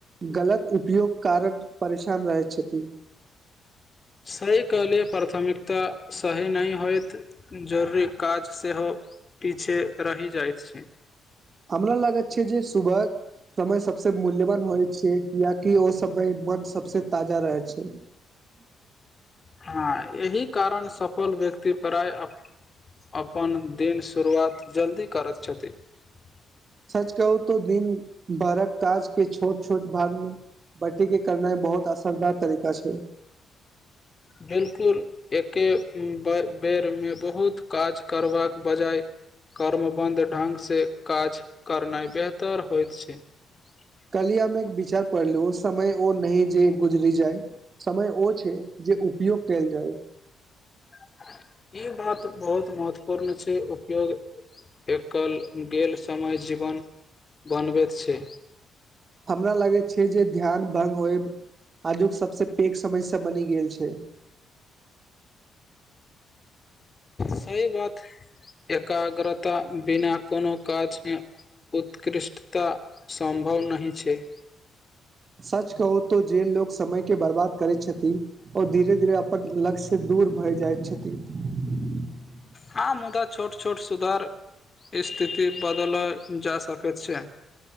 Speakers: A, on the right; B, on the left.
A: गलत उपयोग कारक परेशान रहै छथि। <unintelligible>
B: सहीके लिए प्राथमिकता सही नहि होइत जरूरी काज सेहो पीछे -रहि जाइत छै।
A: हमरा लागैत छै जे सुबह समय सबसे मूल्यवान होइ छै किियकि ओ समय मन सबस ताजा रहै छै। <unintelligible>
B: हँ एहि कारण सफल व्यक्ति प्राय -अपन दिन शुरुआत जल्दी करैत छथि। <unintelligible>
A: सच कहू तो दिन बरक काजके छोट छोट भागमे बटीे करनाइ बहुत। बहुत असरदार तरीका छै। <unintelligible>
B: बिलकुल एके -बेरमे बहुत काज करबाक बजाय कर्मबध ढङ्गसँ काज करनाइ बेहतर होइत छै। <unintelligible>
A: कलिय हममे एक विचार पढ़लु समय ओ नह जे गुजरि जाइ। <unintelligible> समय ओ छै जे। <unintelligible> उपयोग कयल जाय। <unintelligible>
B: <unintelligible> ई बात बहुत महत्वपूर्ण छै उपयोग एकल गेल समय- जीवन बनबैत छै।
A: हमरा लागै छै जे ध्यान भंगग होय आजुक सबस पैघ समझसँ बनि गेल छै। <unintelligible>
B: सह बात एकाग्रता बिना कोनो काजमे उत्कृष्टता सं्भव नहिह छै। <unintelligible>
A: सच कहू तो जेल लोकोग समय के बर्बाद करैत छथिन आओर धीरे धीरे अपन लक्ष्य दूर। भय जाइत छथिन। <unintelligible>
B: हँ मुदा छोट छोट सुधार स्थिति बदलल जा सकैत छै। <unintelligible>